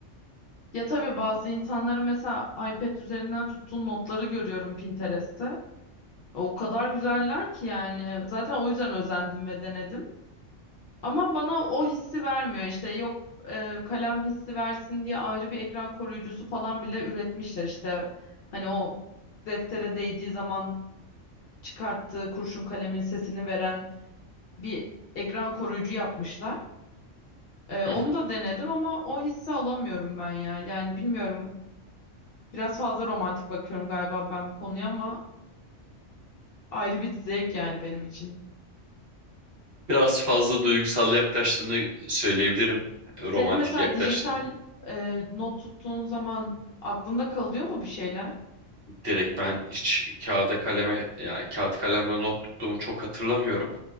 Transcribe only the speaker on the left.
Ya tabii bazı insanları mesela iPad üzerinden tuttuğun notları görüyorum Pinterest'te. O kadar güzeller ki yani. Zaten o yüzden özendim ve denedim. Ama bana o hissi vermiyor. İşte yok e, kalem hissi versin diye ayrı bir ekran koruyucusu falan bile üretmişler. İşte hani o deftere değdiği zaman çıkarttığı kurşun kalemin sesini veren bir ekran koruyucu yapmışlar. E, onu
da denedim ama o hissi alamıyorum ben ya. Yani bilmiyorum. Biraz fazla romantik bakıyorum galiba ben bu konuya ama ayrı bir zevk yani benim için.
Senin mesela
dijital e, not tuttuğun zaman aklında kalıyor mu bir şeyler?